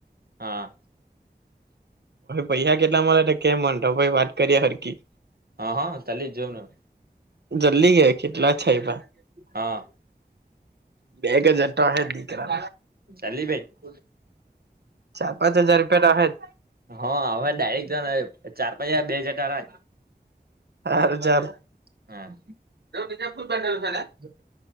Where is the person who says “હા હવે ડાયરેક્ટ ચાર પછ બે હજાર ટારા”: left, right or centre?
Right